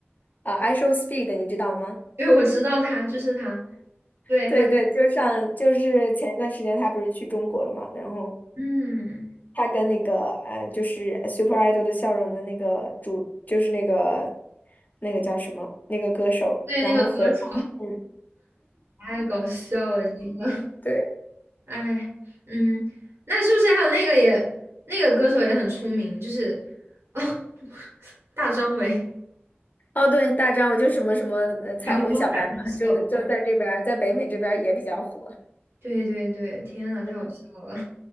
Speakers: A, on the left (about 40°); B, on the right (about 70°).
A: 啊，I Show Speed，你知道吗？
B: 因为我知道他就是他，对他，
A: 对对，就上就是前段时间他不是去中国了嘛，然后
B: 嗯，
A: 他跟那个嗯、呃就是 Super Idol 的笑容的那个主，就是那个那个叫什么那个歌手，
B: 对那个歌词。
A: 然后合唱嗯，
B: 太搞笑了，真的。
A: 对，
B: 哎，嗯，那是不是还有那个也那个歌手也很出名，就是哦，<laughs> 大张伟。
A: 哦对，大张，我就什么什么呃彩虹小白马，
B: 阳光伞不笑吧。
A: 就是就在这边儿，在北美这边儿也比较火，
B: 对对对，天呐，太好笑了。
A: 嗯，